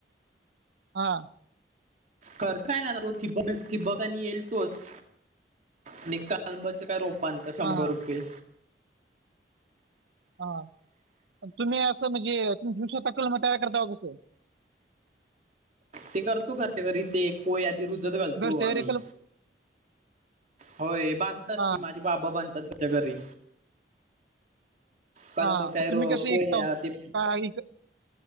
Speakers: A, on the right; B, on the right.
A: हा.
B: खताय ना तो तिबक तिबक आणि येईल तोच. आणि चालबच काय रोपान का शंभर
A: हा हा
B: रुपये.
A: हा तुम्ही असं म्हणजे तुम दिवस त कल म तयार करता आ कसं.
B: ते करतो खर्च घरी ते कोय आधी रु. मुजत घालतो
A: घरच्या
B: आम्ही.
A: घरी कलम
B: होय बांधतात
A: हा
B: की माझी बाबा बधतात त्याच्या घरी. कल
A: हा
B: म काय
A: तुम्ही
B: र
A: कसे
B: कोय
A: विकता हो?
B: आ ते.
A: का इक-